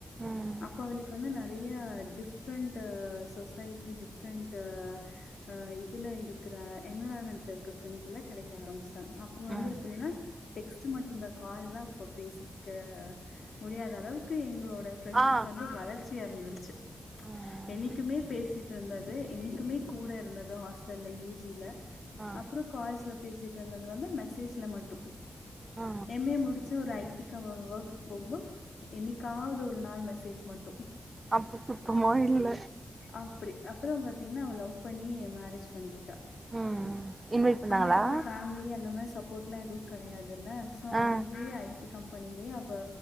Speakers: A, on the right; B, on the left.
A: ம்
B: அப்ப அவளுக்கு வந்து நிறையா டிஃப் டிஃபரென்ட் சொசைட்டி டிஃப்ரண்ட் அ இதுல இருக்கிற என்வரான்மெண்ட்ல இருக்க ஃபிராண்ட்ஸ் எல்லாம் கிடைக் ஆரம்பச்சிட்டாங் அப்ப வந்து
A: ம்
B: எப்படின்னா டெக்ஸ்ட் மட்டும் இந்த கால் எலாம் பேசிக்க முடியாத அளவுக்கு எங்களோட பிரண்ட்ஷிப்
A: ஆ
B: வந்து வளர்ச்சி ச்சி அடைஞ்சிருச்சு
A: ம்
B: என்னிக்குமே பேசிட்டு இருந்தது என்னிக்குமே கூட இருந்தது ஹாஸ்டல்ல யூ ஜி ல
A: ஆ
B: அப்புற கால்ஸ்ல பேசிட்டு இருந்தது வந்து மெசேஜ்ல மட்டும்
A: ஆ
B: எம் ஏ முடிச்சு ஒரு ஐ டி க ஒர்க்கு போகும்போது என்னிக்காவது ஒரு நாள் மெசேஜ் மட்டும்
A: அப்ப சுத்தமா இல்ல
B: அப்பிடி அப் அப்புற பாத்தீங்கின்னா அவ லவ் பண்ணி மேரேஜ் பண்ணிக்கிட்டா
A: ம் இன்வைட் பண்ணாங்களா
B: அவுளுக்குதா ஃபேமிலி அந்த மாறி சப்போர்ட் எல்லா எதுவு கிடையாதுல்ல சோ
A: ஆ
B: அங்கயே ஐ டி கம்பெனியிலே அவ